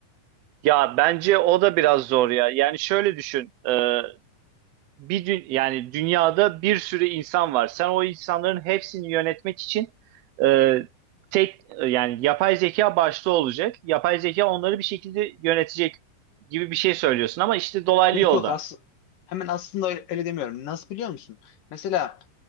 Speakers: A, on the right; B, on the left.
A: Ya bence o da biraz zor ya. Yani şöyle düşün. E, bir yani dünyada bir sürü insan var. Sen o insanların hepsini yönetmek için e, tek e, yani yapay zeka başta olacak. Yapay zeka onları bir şekilde yönetecek gibi bir şey söylüyorsun ama işte dolaylı
B: Yok
A: yoldan.
B: yok as hemen aslında öyle, öyle demiyorum. Nasıl biliyor musun? Mesela